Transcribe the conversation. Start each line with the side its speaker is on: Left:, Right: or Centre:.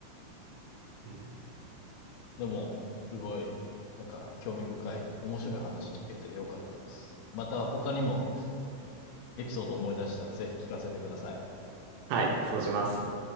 Right: うん
Left: でも、すごい、なんか興味深い、面白い話聞けてよかったです。また他にも、エピソードを思い出したらぜひ聞かせてください。
Right: はい、そうします。